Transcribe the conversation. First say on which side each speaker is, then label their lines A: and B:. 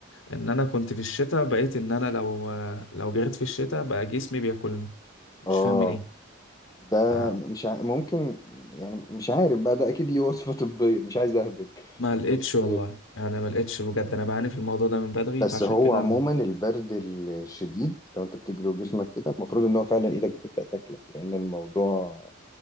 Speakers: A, on the left; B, on the left.
A: ان انا كنت في الشتاء بقيت ان انا لو لو جريت في الشتاء بقى جسمي بياكلني
B: اه
A: مش فاهم من ايه
B: ده
A: ف-
B: مش ع... ممكن يعني مش عارف بقى ده اكيد ليه وصفة طبية مش عايز اهبد
A: ما
B: بس
A: لقيتش والله يعني ما لقيتش بجد انا بعاني في الموضوع ده من بدري
B: بس
A: فعشان
B: هو
A: كده
B: عموما
A: م-
B: البرد الشديد لو انت بتجري وجسمك كده المفروض ان هو فعلا ايدك بتبدأ تاكلك لان الموضوع